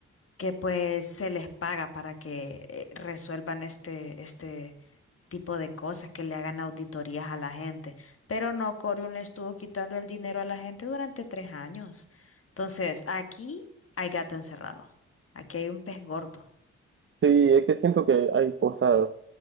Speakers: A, on the left; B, on the right.
A: que pues se les paga para que eh, resuelvan este, este tipo de cosas, que le hagan auditorías a la gente. Pero no, Corium le estuvo quitando el dinero a la gente durante tres años. Entonces, aquí hay gato encerrado. Aquí hay un pez gordo.
B: Sí, es que siento que hay cosas